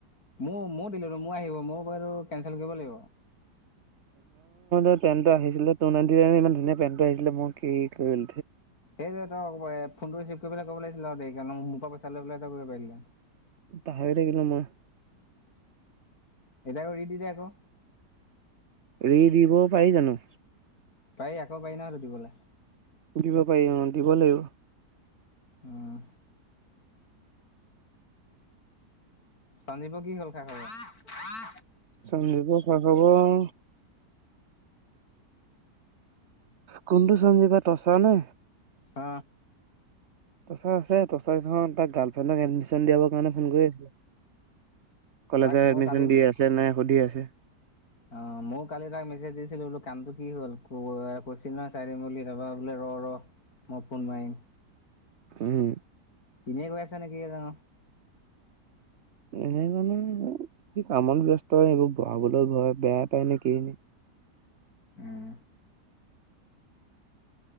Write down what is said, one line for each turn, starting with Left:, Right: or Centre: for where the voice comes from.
Left: মোৰ ময় দিলো মই আহিব মই বটো কেচেল কৰিব লাগিব।
Right: ে পেন্টো আহিছিলে টু নাইটি ইমান ধুনীয়া পেণ্টটো আহিছিলে মই কি কৰিল,
Left: সেই যে তই ফোনটো ৰিচিভ কৰিব কব লাগিছিল আৰু দেৰিকে মোৰ পৰা পইচা লৈ পেলাই তই কৰিব পাৰিলে।
Right: পাহৰি থাকিলো মই,
Left: এটা ৰী দিত আকৌ,
Right: ৰি দিব পাৰি জানো।
Left: পাৰি আকৌ পাৰি ন সুধিবলৈ,
Right: দিব পাৰি অ দিব লাগিব।
Left: আহ সঞ্জীপৰ কি হল খা খবৰ
Right: সন্দীপ খা খবৰ, কোনটো চঞ্জী বা টচা নে
Left: হ!
Right: তচা আছে তচখন তাক গাৰ্লফ্ৰেণ্ডক এডমিশন দিয়াবৰ কাৰণে ফোন কৰি আছিলে। কলেজত
Left: তাক ময়ো
Right: এডমিশন
Left: কালি
Right: দি আছে নে সুধি আছে। যে,
Left: অ ময়ো কালি তাক মেছেজ দিছিলো বোলো কামটো কি হ'ল কৈছিল নহয় চাই দিম বুলি তাৰপা বোলে ৰ ৰ, মই ফোন মাইম,
Right: উম,
Left: ইনেই কৈ আছে নে কি জানো।
Right: এনে কাৰণে কামত ব্যস্ত হয় এইবোৰ বহাবলৈ ঘ বেয়া পায় নে কি,
Left: উম!